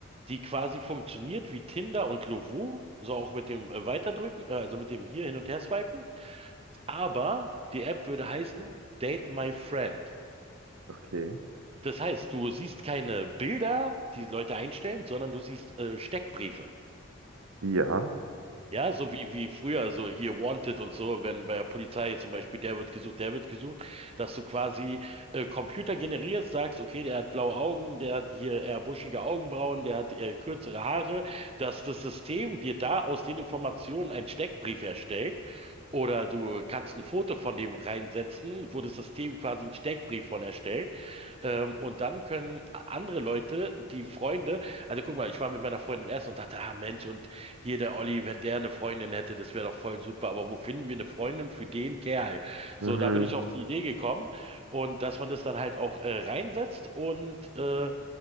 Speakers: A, on the right; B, on the right.
A: die quasi funktioniert wie Tinder und Lovoo, so auch mit dem äh, Weiterdrücken, äh, also mit dem hier hin und her swipen. Aber die App würde heißen Date My Friend.
B: okay.
A: Das heißt, du siehst keine Bilder, die Leute einstellen, sondern du siehst äh, Steckbriefe.
B: Ja.
A: Ja, so wie, wie früher, also hier Wanted und so, wenn bei der Polizei zum Beispiel der wird gesucht, der wird gesucht, dass du quasi äh, Computer generierst, sagst, okay, der hat blaue Augen, der hat hier eher buschige Augenbrauen, der hat äh, kürzere Haare, dass das System dir da aus den Informationen einen Steckbrief erstellt. Oder du kannst ein Foto von dem reinsetzen, wo das System quasi einen Steckbrief von erstellt. Ähm, und dann können andere Leute, die Freunde, also guck mal, ich war mit meiner Freundin essen und dachte, ah Mensch, und hier der Olli, wenn der eine Freundin hätte, das wäre doch voll super, aber wo finden wir eine Freundin für den Kerl? So,
B: Mhm,
A: da bin ich auf die Idee gekommen und dass man das dann halt auch äh, reinsetzt und äh,